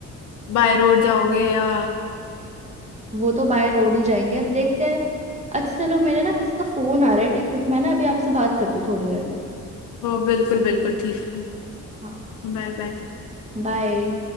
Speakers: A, on the left (about 75°); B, on the right (about 20°).
A: बाय रोड जाओगे या
B: वो तो बाय रोड ही जाएंगे अब देखते हैं अच्छा चलो मेरे ना किसी का फोन आ रहा है ठीक है मैं ना अभी आपसे बात करती हूँ थोड़ी देर में
A: वो बिल्कुल बिल्कुल ठीक है
B: हाँ
A: Bye bye
B: बाय